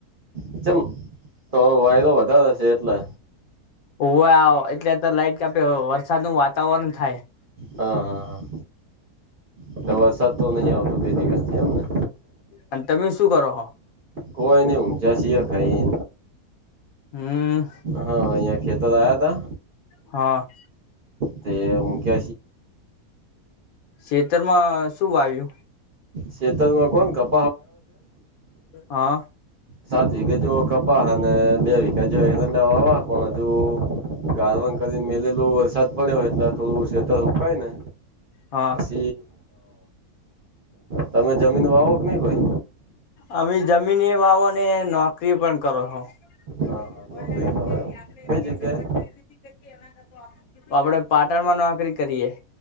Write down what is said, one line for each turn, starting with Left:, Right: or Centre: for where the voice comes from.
Right: અચ્છા તો વાયદો વધારે છે એટલે
Left: ઉવે એટલે તો લાઈટ કાપે વરસાદ નું વાતાવરણ થાય
Right: હા હા હા એટ વરસાદ તો નહી આવતો દિવસથી એમ ને
Left: અને તમે શું કરો
Right: કોઈ ન ઊંજા છી ખાઈ
Left: હમ્મ.
Right: હા અહીંયા ખેતર આયા તા
Left: હા.
Right: તે <unintelligible>
Left: છેતરમાં શું આવ્યું
Right: શેતમાં કોણ કપ
Left: હા
Right: સાત વીઘે જે કપા અને બે વીઘે જેંડા વાવા પણ હજુ ગળવાન કરીને મેલેલો વરસાદ પડ્યોય એટલે થોડું શેતર રકાય ને
Left: હા
Right: દ તમે જમીન વાવો કે નહી કોઈ
Left: અમે જમીન એ વાવો ને નોકરી પણ કરો છો.
Right: હા હા
Left: વડા
Right: નોકરી
Left: એમ
Right: કરો
Left: છે કે આપડે
Right: કઈ
Left: <unintelligible>
Right: જગ્યાએ
Left: આપડે પાટણમાં નોકરી કરીએ.